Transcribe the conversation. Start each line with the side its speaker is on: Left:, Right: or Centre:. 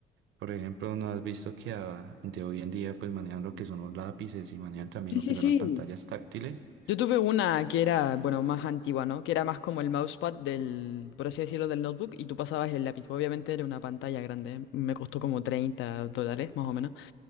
Right: Por ejemplo, ¿no has visto que ah, de hoy en día pues manejan lo que son los lápices y manejan también
Left: Sí,
Right: lo
Left: sí,
Right: que son
Left: sí.
Right: las pantallas táctiles?
Left: Yo tuve una que era, bueno, más antigua, ¿no? Que era más como el mousepad del, por así decirlo, del notebook y tú pasabas el lápiz. Obviamente era una pantalla grande, ¿eh? Me costó como 30 dólares, más o menos.